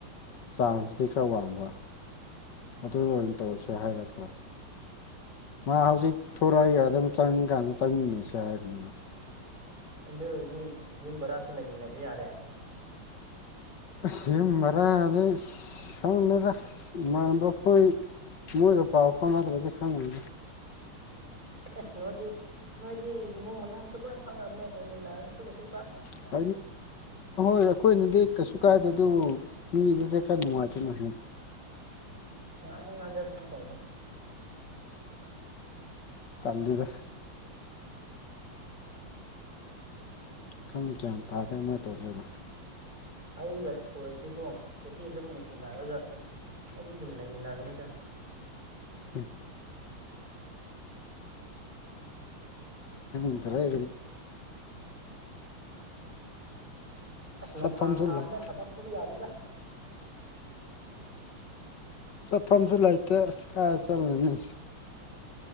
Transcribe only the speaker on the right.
ꯎꯝ
ꯑꯗꯨ ꯑꯣꯏꯗꯤ ꯌꯨꯝ ꯕꯔꯥꯁꯨ ꯂꯩꯃꯤꯟꯅꯕ ꯌꯥꯔꯦ
ꯑꯁ ꯅꯣꯏꯗꯤ ꯅꯣꯏꯗꯤ ꯏꯃꯨꯡ ꯃꯅꯨꯡꯁꯨ ꯂꯣꯏ ꯈꯪꯉꯕꯅꯦ ꯂꯩꯃꯤꯟꯅꯔꯁꯨ ꯀꯁꯨ
ꯉꯅꯤ ꯉꯥꯟꯖꯁꯅꯣ ꯀꯩꯅꯣ
ꯑꯩꯒ ꯑꯣꯏꯔꯗꯤꯀꯣ ꯆꯍꯤ ꯑꯗꯨ ꯅꯨꯡꯁꯤꯅꯔꯒ ꯑꯩꯗꯤ ꯑꯗꯨꯝ ꯂꯩꯃꯤꯟꯅꯒꯅꯤꯗ
ꯑꯁ ꯅꯨꯡꯁꯥ
ꯁꯥꯕꯅꯦ
ꯊꯕꯛ ꯁꯨꯕ ꯌꯥꯗꯦꯗ